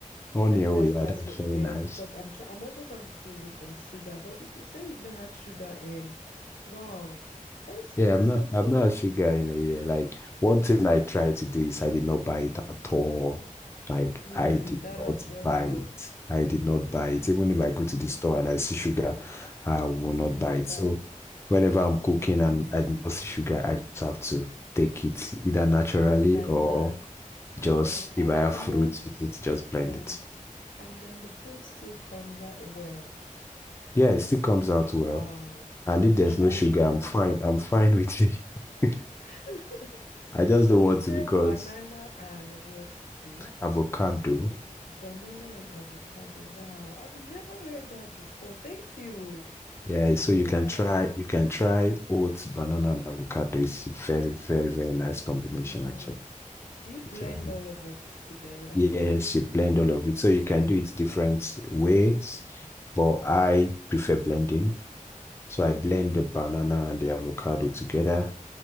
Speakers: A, on the left; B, on the left.
A: on
B: Like
A: your
B: that's
A: way, yeah,
B: that's
A: that's
B: what
A: very
B: yeah,
A: nice.
B: because I'm try I'm also trying to stay away from sugar. But if you say you've not had sugar in, wow, that's
A: Yeah,
B: that's
A: I'm not
B: also
A: I'm not a sugar in a year. Like one thing I tried to do is I did not buy it at all. Like
B: mm,
A: I did
B: that
A: not
B: also
A: buy
B: helped.
A: it. I did not buy it. Even if I
B: Oh,
A: go to the store and I see sugar, I will
B: you
A: not
B: will not
A: buy it.
B: buy.
A: So whenever I'm
B: hmm
A: cooking and I do not see sugar, I just have to take it either naturally
B: not like
A: or
B: that. Wow.
A: just
B: And
A: if I have
B: and
A: fruits
B: then
A: with it, just blend
B: yeah,
A: it.
B: and then the food still comes out well.
A: Yeah, it still comes out
B: Wow.
A: well.
B: I
A: And
B: will
A: if there's
B: try
A: no sugar,
B: that.
A: I'm fine. I'm fine with it. <laughs>
B: <laughs>
A: I just
B: So
A: don't
B: you
A: want
B: said
A: to because
B: banana and what, please?
A: avocado.
B: Banana and avocado. Wow. I've never heard that before. Thank you.
A: Yeah, so you
B: Wow.
A: can try you can try oats, banana, and avocado. It's very, very, very nice combination
B: Nice.
A: actually.
B: Do you blend
A: So,
B: all of it together?
A: yes, you blend all of it. So you can do it different ways, but I prefer blending. So
B: Okay.
A: I blend the banana and the avocado together,